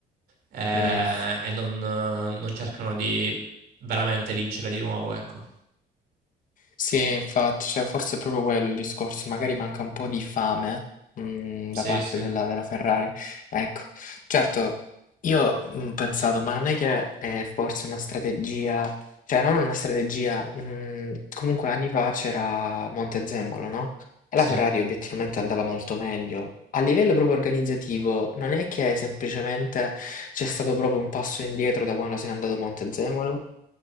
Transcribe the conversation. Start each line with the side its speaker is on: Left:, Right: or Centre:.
Right: eh,
Left: mm.
Right: e non, non cercano di veramente vincere di nuovo, ecco.
Left: Sì, infatti, cioè, forse è proprio quello il discorso, magari manca un po' di fame, mm,
Right: Sì,
Left: da parte
Right: sì,
Left: della, della Ferrari. Ecco, certo, io mm, ho pensato, ma non è che è forse una strategia, cioè non una strategia, mm, comunque anni fa c'era Montezemolo, no? E
Right: sì.
Left: la Ferrari obiettivamente andava molto meglio. A livello proprio organizzativo, non è che semplicemente c'è stato proprio un passo indietro da quando se n'è andato Montezemolo?